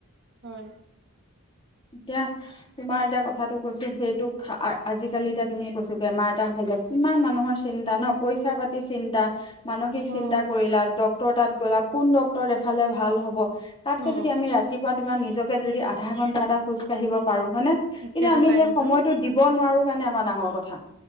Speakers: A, on the right; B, on the left.
A: হয়
B: এতিয়া তোমাৰ এতিয়া কথাটো কৈছো সেইটোক আ আজিকালি এতিয়া তুমি কৈছো বেমাৰ এটা হলে কিমান মানুহৰ চিন্তা ন পইচা পাতি চিন্তা। মানসিক
A: হয়
B: চিন্তা কৰিলা ডক্তৰ তাত গ'লা। কোন ডক্তৰ দেখালে ভাল হ'ব। তাতকে
A: অ
B: যদি আমি ৰাতিপুৱা তোমাৰ নিজক যদি আধা ঘণ্টা এটা। খোজ কাঢ়িব পাৰো। হয়নে কিন্তু
A: সেইটো
B: আমি
A: টাইমটো
B: সেই সময়তো দিব নোৱাৰো সেই কাৰণে আমাৰ ডাঙৰ কথা।